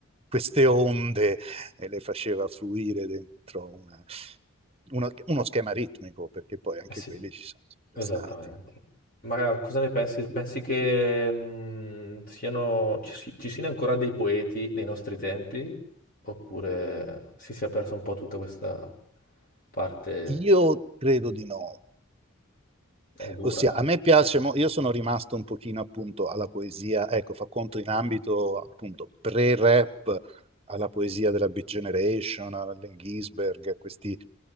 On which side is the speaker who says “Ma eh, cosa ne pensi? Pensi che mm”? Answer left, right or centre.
Left